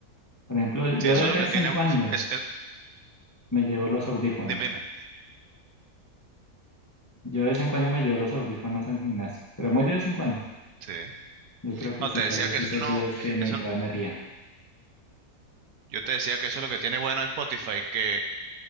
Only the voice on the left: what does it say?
Por ejemplo, yo
de
Mm.
vez
en cuando
me llevo los audífonos.
Yo de vez en cuando me llevo los audífonos al gimnasio, pero muy de vez en cuando.
Yo creo que
sí,
tal
vez
esos
días que necesito
energía.